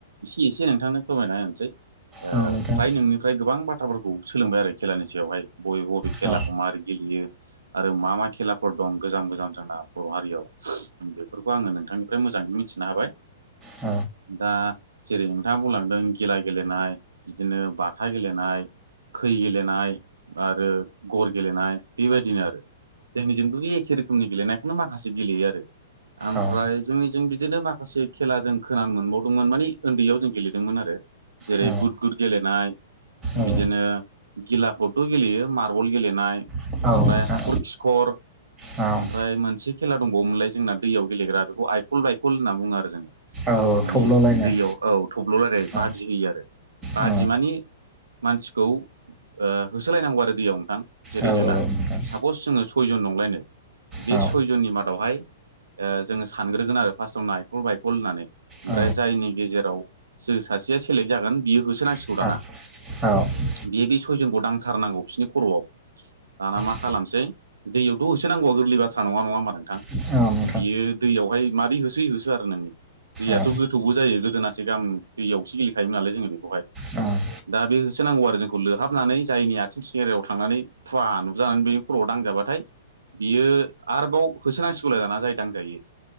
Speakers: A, on the right; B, on the right.
A: एसे एसे नोंथांनो फोरमायना होनोसै ओ
B: औ नोंथां
A: फ्राय नोंनिफ्राय गोबां बाथ्राफोरखौ सोलोंबाय आरो खेलानि सायावहाय बबे बबे खेलाखौ
B: औ नंगौ
A: माबोरै गेलेयो आरो मा मा खेलाफोर दं गोजाम गोजाम जोंना बर' हारियाव बेफोरखौ आङो नोंथांनिफ्राय मोजाङै मिथिनो हाबाय
B: औ
A: दा जेरै नोंथाङा बुंलांदों गिला गेलेनाय बिदिनो बाथा गेलेनाय खै गेलेनाय आरो गर गेलेनाय बेबायदिनो आरो जोंनिजों' बे एखे रोखोमनि गेलेनायखौनो माखासे गेलेयो आरो ओमफ्राय
B: औ
A: जोंनि जों बिदिनो माखासे खेला जों खोनानो मोनबावदोंमोन माने उन्दैयाव जों गेलेदोंमोन आरो जेरै
B: औ
A: गुद गुद गेलेनाय
B: औ
A: बिदिनो गिलाखौथ' गेलेयो मारबल गेलेनाय
B: नोंथां
A: ओमफ्राय हाखर खिखर
B: औ
A: ओमफ्राय मोनसे खेला दंबावोमोनलाय जोंना दैयाव गेलेग्रा बेखौ आइफल बाय'फल होनना बुङो आरो जों।
B: औ
A: माने
B: थब्ल'लायनाय
A: दैयाव औ थब्ल'लायनाय
B: औ
A: बादि होयो आरो बादि
B: औ
A: माने मानसिखौ ओ होसोलायनांगौ आरो दैयाव नोंथां जेरै
B: औ
A: जोंना
B: नोंथां
A: सापस जोङो सयजन दंलायनो बे
B: औ
A: सयजननि मादावहाय ओ जोङो सानग्रोगोन आरो फार्स्टआव नायफल बायखल होननानै ओमफ्राय
B: औ
A: जायनि गेजेराव जो सासेया सेलेक्ट जागोन बियो होसोनांसिगौ
B: औ
A: दाना
B: नोंथां औ औ
A: बियो बे सयजनखौ दांथारनांगौ बिसोरनि खर'आव दाना मा
B: औ
A: खालामसै दैयावथ' होसो नांगौआ गोरलै बाथ्रा नङा नङा होमबा नोंथां
B: औ औ
A: बियो दैयावहाय मारै होसो होसो आरो नों दैयाथ'
B: औ
A: गो गोथौबो जायो गोदोनाससे गाहाम दैयावसो गेलेखायोमोन नालाय जोङो बेयाव
B: उम
A: दा बे होसो नांगौ आरो जोंखौ लोहाबनानै जायनि आथिं सेहेरायाव थांनानै खुवा नुजानानै बेनि खर'आव दांजाबाथाय बियो आरोबाव होसोनांसिगौलाय दाना जाय दांजायो